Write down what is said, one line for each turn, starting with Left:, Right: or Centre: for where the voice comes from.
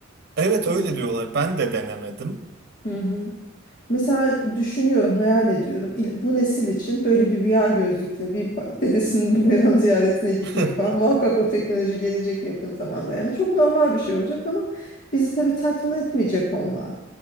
Right: Evet
Left: Mesela,
Right: öyle diyorlar. Ben de denemedim.
Left: Hı hı. mesela düşünüyorum, hayal ediyorum. İl- Bu nesil için böyle bir VR gözlükle bir ba- dedesinin bayram <laughs> ziyaretine gitmek
Right: <laughs>
Left: falan muhakkak o teknoloji gelecek yakın zamanda. Yani çok normal bir şey olacak ama bizi tabii tatmin etmeyecek onlar.